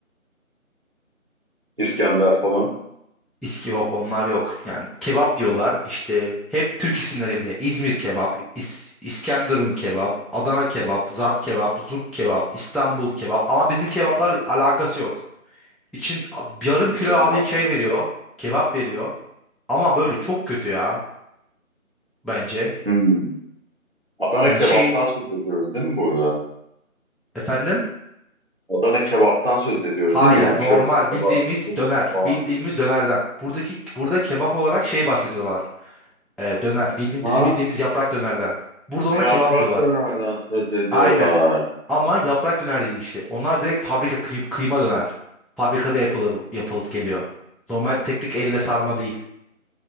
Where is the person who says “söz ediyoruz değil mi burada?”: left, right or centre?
Right